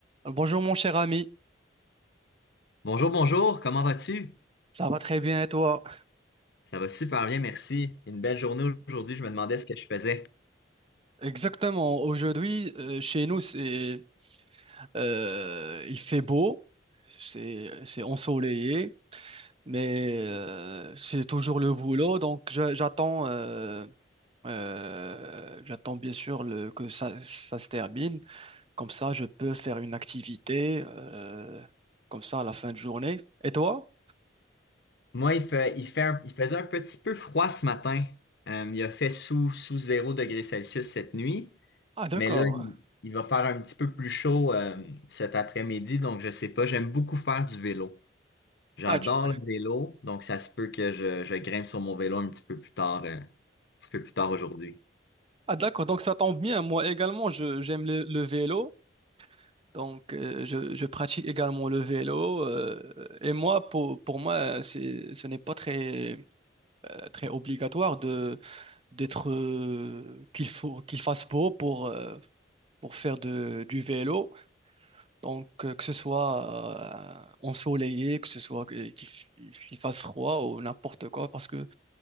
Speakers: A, on the right; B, on the left.
A: Bonjour mon cher ami,
B: Bonjour, bonjour, comment vas-tu?
A: ça va très bien et toi?
B: Ça va super bien, merci. Une belle journée aujourd'hui, je me demandais ce que je faisais.
A: Exactement, aujourd'hui euh, chez nous c'est euh, il fait beau, c'est c'est ensoleillé, mais euh, c'est toujours le boulot donc je- j'attends euh, euh, j'attends bien sûr le, que ça ça se termine, comme ça je peux faire une activité euh, comme ça à la fin de journée. Et toi?
B: Moi, il fait, il fait un- il faisait un petit peu froid ce matin. Euh, il a fait sous, sous zéro degré Celsius cette nuit,
A: Ah d'accord.
B: mais là, il, il va faire un petit peu plus chaud euh, cet après-midi, donc je sais pas, j'aime beaucoup faire du vélo. J'adore
A: Ah, tu-
B: le vélo, donc ça se peut que je, je grimpe sur mon vélo un petit peu plus tard, euh, un petit peu plus tard aujourd'hui.
A: ah, d'accord, donc ça tombe bien. Moi également, je, j'aime le, le vélo. Donc, euh, je, je pratique également le vélo. euh, et moi, pour, pour moi, c'est, ce n'est pas très, euh, très obligatoire de, d'être, euh, qu'il faut, qu'il fasse beau pour, euh, pour faire de, du vélo. Donc, euh, que ce soit euh, ensoleillé, que ce soit que- qu'il f- qu'il fasse froid ou n'importe quoi, parce que